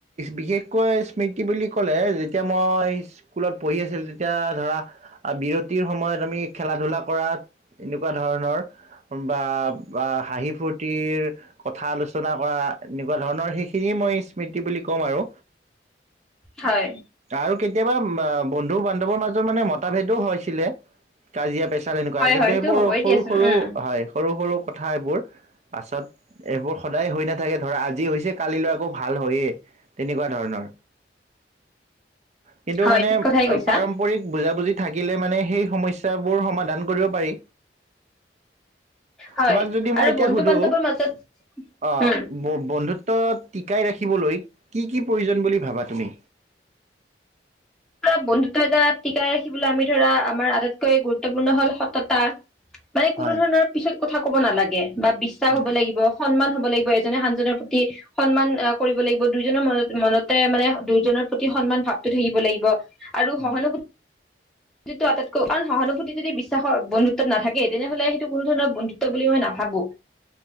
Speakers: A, on the right (about 40°); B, in the centre.
A: বিশেষকৈ স্মৃতি বুলি কলে যেতিয়া মই স্কুলত পঢ়ি আছিলো, তেতিয়া ধৰা বিৰতিৰ সময়ত আমি খেলা ধূলা কৰাত এনেকুৱা ধৰণৰ বা হাঁহি ফূৰ্তিৰ কথা আলোচনা কৰা, এনেকুৱা ধৰণৰ সেইখিনিয়ে মই স্মৃতি বুলি কম আৰু
B: হয়
A: আৰু কেতিয়াবা বন্ধুও বান মাজত মানে মতাভেদো হৈছিলে। কাজিয়া পেচাল এনেকুৱা
B: হয়
A: কিন্তু
B: হয় সেইটো
A: এইবোৰ
B: হ'বই
A: সৰু
B: দিয়াচোন
A: সৰু
B: উম
A: হয়, সৰু সৰু কথা এইবোৰ। পাছত এইবোৰ সদায় হৈ নাথাকে ধৰা আজি হৈছে কালিলৈ আকৌ ভাল হয়েই, তেনেকুৱা ধৰণৰ। কিন্তু
B: হয়
A: মানে
B: ঠিক কথাই কৈছা
A: পাৰম্পৰিক বুজাবুজি থাকিলে মানে সেই সমস্যাবোৰ সমাধান কৰিব পাৰি।
B: হয়
A: তোমাক যদি মই
B: আৰু
A: এতিয়া
B: বন্ধু
A: সুধো,
B: বান্ধৱৰ মাজত
A: অ
B: উম
A: ব বন্ধুত্ব ত টীকাই ৰাখিবলৈ কি কি প্ৰয়োজন বুলি ভাবা তুমি?
B: ধৰা বন্ধুত্ব এটা টিকাই ৰাখিবলৈ আমি ধৰা আমাৰ আটাইতকৈ গুৰুত্বপূৰ্ণ হল সততা মানে
A: হয়,
B: কোনো ধৰণৰ পিছত কথা ক'ব নালাগে বা বিশ্বাস
A: উম।
B: হব লাগি, ব সন্মান হ'ব লাগিব এজনে আনজনৰ প্ৰতি সন্মান আহ কৰিব লাগিব, দুইজনৰ মন মনতে মানে দুইজনৰ প্ৰতি সন্মান ভাৱটো থাকিব লাগিব। আৰু
A: হয়,
B: সহানুভূতি আটাইতকৈ কাৰণ সহানুভূতি যদি বিশ্বাসৰ বন্ধুত্বত নাথাকে, তেনেহলে সেইটো কোনো ধৰণৰ বন্ধুত্ব বুলি মই নাভাবোঁ।